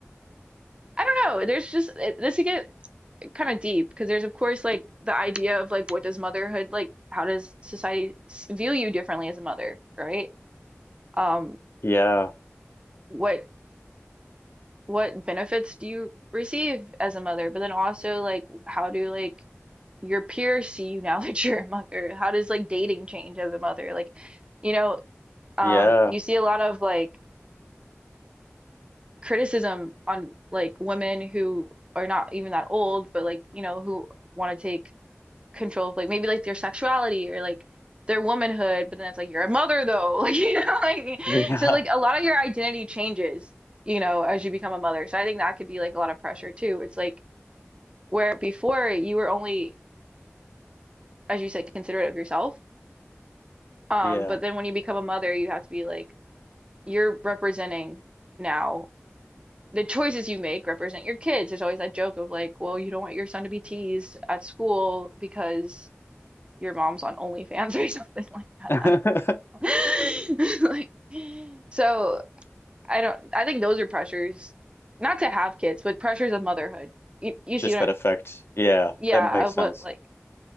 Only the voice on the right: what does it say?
I don't know. There's just it, this again. kind of deep because there's of course like the idea of like what does motherhood like how does society s- view you differently as a mother, right? Um,
what what benefits do you receive as a mother? But then also like how do like your peers see you now <laughs> that you're a mother? How does like dating change as a mother? Like, you know, um,
you see a lot of like criticism on like women who are not even that old, but like, you know, who want to take control of like maybe like their sexuality or like their womanhood, but then it's like you're a mother though. <laughs> Like you know, like
so like a lot of your identity changes, you know, as you become a mother. So I think that could be like a lot of pressure too. It's like where before you were only, as you said, considerate of yourself. Um,
but then when you become a mother, you have to be like you're representing now the choices you make represent your kids. There's always that joke of like, well, you don't want your son to be teased at school because your mom's on OnlyFans <laughs> or something like that.
I <laughs> Like, so I don't, I think those are pressures, not to have kids, but pressures of motherhood. You, you
see what
I'm,
yeah,
of
what, like,